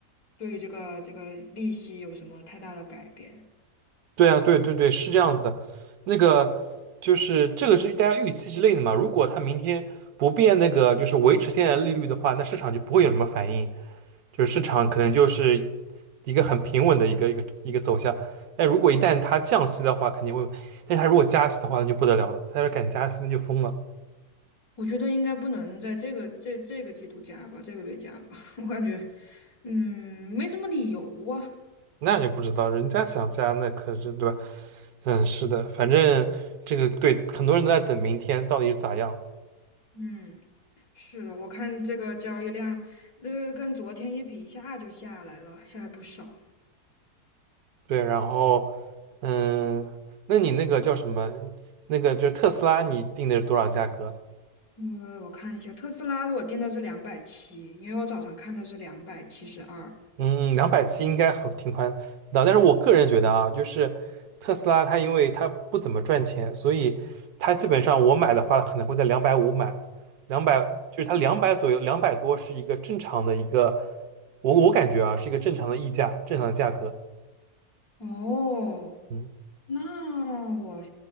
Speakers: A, on the left; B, on the right.
A: 对于这个这个利息有什么太大的改变。
B: 对啊，对对对，是这样子的。那个就是这个是大家预期之内的嘛。如果它明天不变那个就是维持现在的利率的话，那市场就不会有什么反应。就是市场可能就是一个很平稳的一个一个一个走向。但如果一旦它降息的话，肯定会；但是它如果加息的话，那就不得了了。它要敢加息，那就疯了。
A: 我觉得应该不能在这个这这个季度加吧，这个月加吧，<laughs> 我感觉，嗯，没什么理由啊。
B: 那就不知道，人家想加，那可是对吧？嗯，是的，反正这个对很多人都在等明天到底是咋样。
A: 嗯，是的，我看这个交易量，呃，跟昨天一比，一下就下来了，下来不少。
B: 对，然后嗯，那你那个叫什么？那个就是特斯拉，你定的是多少价格？
A: 呃，我看一下，特斯拉我定的是两百七，因为我早上看的是两百七十二。
B: 嗯，两百七应该很挺宽的，但是我个人觉得啊，就是特斯拉它因为它不怎么赚钱，所以它基本上我买的话可能会在两百五买，两百就是它两百左右，两百多是一个正常的一个，我我感觉啊是一个正常的溢价，正常的价格，
A: 哦，
B: 嗯，
A: 那我，